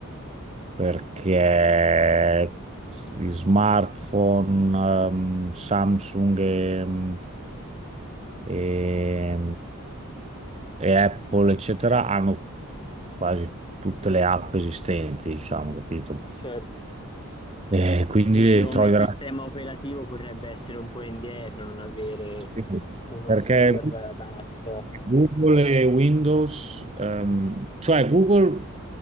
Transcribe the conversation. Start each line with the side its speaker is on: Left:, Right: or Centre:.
Right: perché gli smartphone, ehm, Samsung e mm, e, e Apple, eccetera, hanno quasi tutte le app esistenti, diciamo, capito?
Left: Certo.
Right: E quindi
Left: Dici come
Right: trovi
Left: sistema
Right: veramente
Left: operativo potrebbe essere un po' indietro, non avere
Right: Sì, sì.
Left: uno
Right: Perché
Left: store adatto.
Right: Google e Windows, ehm, cioè Google